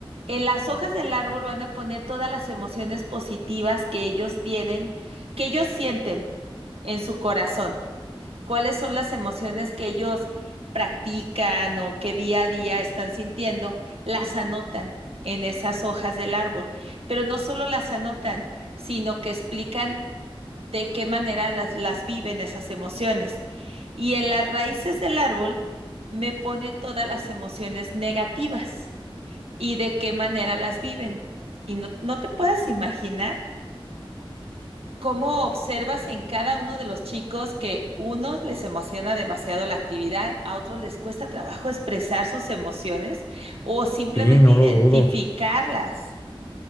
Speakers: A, on the right; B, on the left.
A: En las hojas del árbol van a poner todas las emociones positivas que ellos tienen, que ellos sienten en su corazón. ¿Cuáles son las emociones que ellos practican o que día a día están sintiendo? Las anotan en esas hojas del árbol, pero no solo las anotan, sino que explican de qué manera las, las viven esas emociones. Y en las raíces del árbol me ponen todas las emociones negativas y de qué manera las viven. Y no, no te puedes imaginar cómo observas en cada uno de los chicos que unos les emociona demasiado la actividad, a otros les cuesta trabajo expresar sus emociones o simplemente
B: sí, no
A: identificarlas.
B: lo dudo.